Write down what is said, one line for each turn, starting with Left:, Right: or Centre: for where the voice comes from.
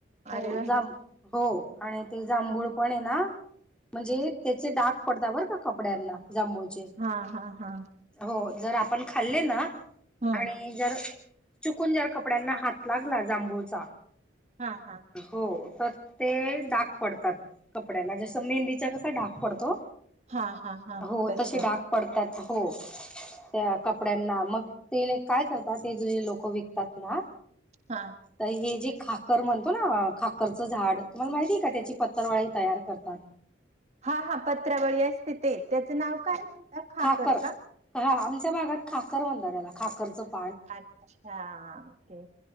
Centre: हो
Right: अरे वा
Centre: जाम हो आणि ते जांभूळ पण हे ना म्हणजे त्याचे डाग पडता बर का कपड्यांना जांभूळचे.
Right: हा हा हा
Centre: हो जर आपण खाल्ले ना
Right: हम्म
Centre: आणि जर चुकून जर कपड्यांना हात लागला जांभूळचा
Right: हा हा
Centre: हो त ते डाग पडतात कपड्यांना जसं मेहंदीचा कसा डाग पडतो
Right: हा हा हा
Centre: हो
Right: तस
Centre: तसे डाग पडतात हो त्या कपड्यांना मग ते ल काय करतात ते ज लोक विकतात ना
Right: हा
Centre: तर हे जे खाकर म्हणतो ना खाकरचं झाड तुम्हाला माहिती हे का त्याची पत्तरवाळी तयार करतात
Right: हा हा पत्रावळी अस तिथे त्याचं नाव काय खाकर
Centre: खाखर
Right: का?
Centre: ह आमच्या भागात खाखर म्हणतात त्याला खकरच पी
Right: अच्छा ओके